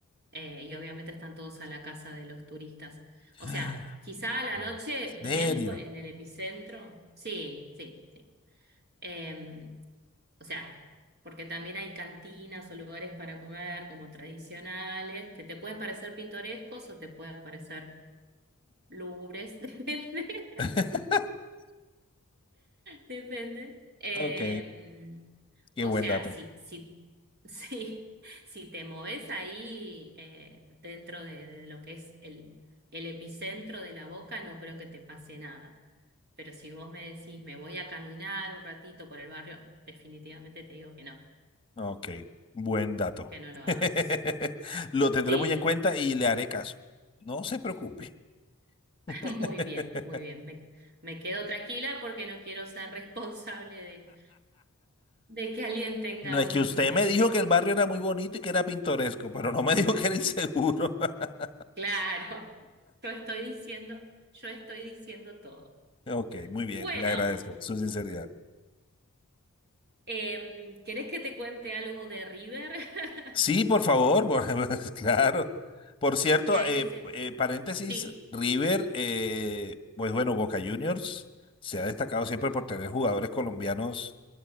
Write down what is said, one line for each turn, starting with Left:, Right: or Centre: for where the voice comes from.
Right: Eh, y obviamente están todos a la casa de los turistas.
Left: <gasps>
Right: O sea, quizá a la
Left: ¿En
Right: noche
Left: serio?
Right: bien por- en el epicentro. Sí, sí, sí. Eh, O sea, porque también hay cantinas o lugares para comer como tradicionales, que te pueden parecer pintorescos o te pueden parecer lúgubres, <laughs> depende,
Left: <laughs>
Right: depende. Eh,
Left: Ok, qué
Right: o
Left: buen
Right: sea,
Left: dato.
Right: si, si, <laughs> si, si te moves ahí eh, dentro de, de lo que es el, el epicentro de la Boca, no creo que te pase nada. Pero si vos me decís, me voy a caminar un ratito por el barrio, definitivamente te digo que no,
Left: Ok, buen dato.
Right: que no lo hagas.
Left: <laughs> Lo tendré
Right: Sí.
Left: muy en cuenta y le haré caso. No se preocupe.
Right: <laughs>
Left: <laughs>
Right: Muy bien, muy bien. Me, me quedo tranquila porque no quiero ser responsable de, de que alguien tenga
Left: No es
Right: un,
Left: que usted
Right: este,
Left: me dijo que el barrio era muy bonito y que era pintoresco, pero no me dijo que era inseguro. <laughs>
Right: claro, <laughs> yo estoy diciendo, yo estoy diciendo todo.
Left: Ok, muy bien,
Right: Bueno,
Left: le agradezco su sinceridad.
Right: em, ¿querés que te cuente algo de River? <laughs>
Left: Sí, por favor, por- <laughs> claro. Por cierto,
Right: Y ahí
Left: eh,
Right: hacemos.
Left: eh, paréntesis,
Right: Sí,
Left: River, eh, pues bueno, Boca Juniors se ha destacado siempre por tener jugadores colombianos